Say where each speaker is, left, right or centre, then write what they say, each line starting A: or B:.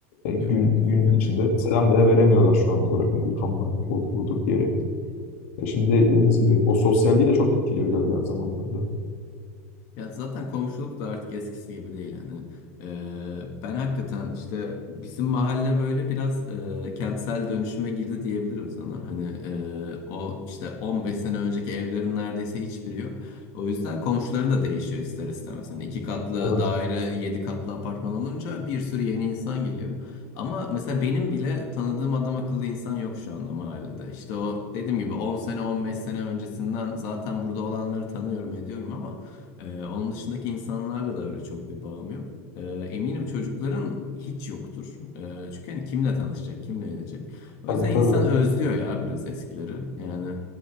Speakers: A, on the left (about 75°); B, on the left (about 50°).
A: E, gün
B: Yok, mümkün
A: gün içinde
B: değil.
A: selam bile veremiyorlar şu an olarak. Hani utanma odur budur diyerek. Ya şimdi dediğimiz gibi o sosyalliği de çok etkiliyor ilerleyen zamanlarda.
B: Ya zaten komşuluk da artık eskisi gibi değil hani. Ee, ben hakikaten işte bizim mahalle böyle biraz e, kentsel dönüşüme girdi diyebilirim sana. Hani e, o işte 15 sene önceki evlerin neredeyse hiçbiri yok. O yüzden komşuların da değişiyor ister istemez. Hani iki katlı
A: Evet,
B: daire, yedi katlı apartman olunca bir sürü yeni insan geliyor. Ama mesela benim bile tanıdığım adam akıllı insan yok şu anda mahallede. İşte o dediğim gibi 10 sene 15 sene öncesinden zaten burada olanları tanıyorum ediyorum ama ee, onun dışındaki insanlarla da öyle çok bir bağım yok. Ee, eminim çocukların hiç yoktur. Ee, çünkü hani kimle tanışacak, kimle edecek. O
A: tabii
B: yüzden
A: tabii.
B: insan özlüyor ya biraz eskileri. Yani